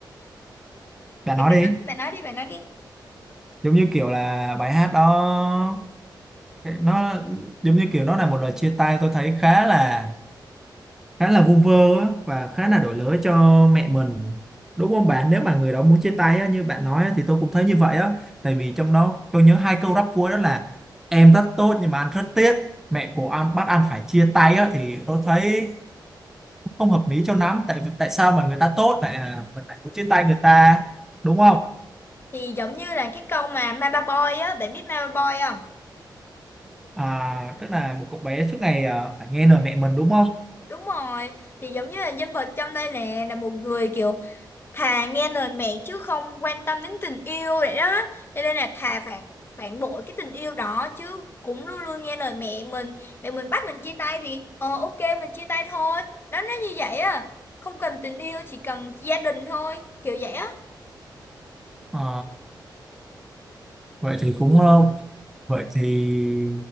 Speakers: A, in the centre; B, on the left.
A: bạn
B: thì
A: nói
B: bạn
A: đi
B: nói đi bạn nói đi bạn nói đi
A: giống như kiểu là bài hát đó nó giống như kiểu nó là một lời chia tay tôi thấy khá là khá là vu vơ á, và khá là đổi lỗi cho mẹ mình đúng không bạn nếu mà người đó muốn chia tay á, như bạn nói á, thì tôi cũng thấy như vậy á tại vì trong đó tôi nhớ hai câu rap cuối đó là em rất tốt nhưng mà anh rất tiếc mẹ của anh bắt anh phải chia tay á thì tôi thấy không hợp lý cho lắm tại tại sao mà người ta tốt lại à, mình lại muốn chia tay người ta đúng không
B: thì giống như là cái câu mà Mama Boy á bạn biết Mama Boy không
A: À, tức là một cậu bé suốt ngày à, phải nghe lời mẹ mình đúng không?
B: Đúng rồi, thì giống như là nhân vật trong đây nè là một người kiểu thà nghe lời mẹ chứ không quan tâm đến tình yêu vậy đó. Cho nên là thà phản phản bội cái tình yêu đó chứ cũng luôn luôn nghe lời mẹ mình. Mẹ mình bắt mình chia tay thì ờ ok mình chia tay thôi. Đó nó như vậy à. Không cần tình yêu chỉ cần gia đình thôi, kiểu vậy á.
A: Ờ, vậy thì cũng không. Vậy thì